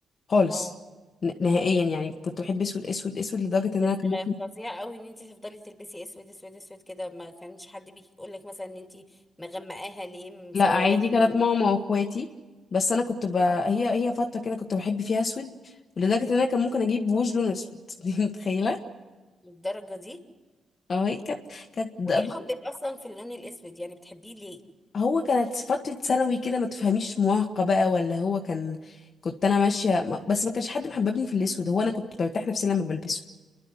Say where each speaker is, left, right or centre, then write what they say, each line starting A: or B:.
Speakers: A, on the left (about 55°); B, on the left (about 15°).
A: خالص
B: اه
A: ن- نهائيا يعني كنت بحب أسود أسود أسود لدرجة إن
B: بس
A: أنا كان
B: غ-
A: ممكن
B: فظيع قوي ان انت تفضلي تلبسي اسود اسود اسود كده ما كانش حد بيجي يقول لك مثلا ان انت مغمقاها ليه مسوداها
A: لا عادي كانت
B: ليه
A: ماما واخواتي بس انا كنت ب... هي هي فتره كده كنت بحب فيها اسود لدرجه ان انا كان ممكن اجيب وش لون اسود <laughs> دي متخيله
B: للدرجه دي
A: اه هي كانت كانت ده-
B: وايه حبك اصلا في اللون الاسود يعني بتحبيه ليه
A: هو كانت فتره ثانوي كده ما تفهميش مراهقه بقى ولا هو كان كنت انا ماشيه ما- بس ما كانش حد محببني في الاسود هو انا كنت برتاح نفسي لما بلبسه